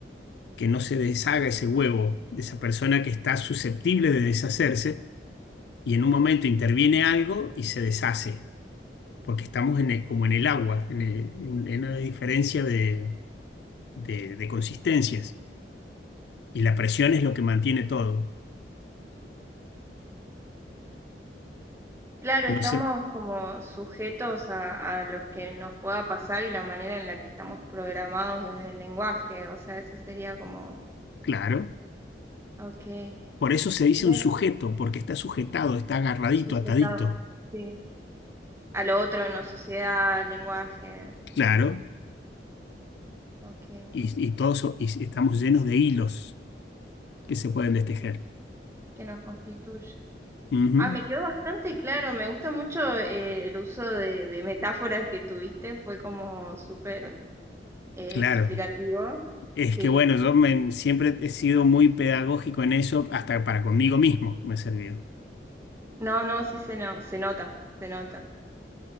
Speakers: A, on the left; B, on the right.
A: que no se deshaga ese huevo de esa persona que está susceptible de deshacerse y en un momento interviene algo y se deshace, porque estamos en el- como en el agua, en, el- en una diferencia de de- de consistencias. Y la presión es lo que mantiene todo.
B: Claro, estamos
A: No sé,
B: como sujetos a, a los que nos pueda pasar y la manera en la que estamos programados desde el lenguaje. O sea, eso sería como,
A: claro.
B: ok,
A: Por eso se dice
B: bien
A: un sujeto, porque está sujetado, está agarradito,
B: sujetado,
A: atadito.
B: sí. A lo otro, una sociedad, lenguaje.
A: Claro.
B: Ok.
A: Y, y todos so- y estamos llenos de hilos que se pueden destejer.
B: que nos constituye.
A: Ujú,
B: Ah, me quedó bastante claro, me gusta mucho eh, el uso de, de metáforas que tuviste, fue como súper eh,
A: Claro.
B: explicativo.
A: Es
B: Sí,
A: que bueno, yo me- siempre he sido muy pedagógico en eso, hasta para conmigo mismo me ha servido.
B: no, no, sí se, no, se nota, se nota.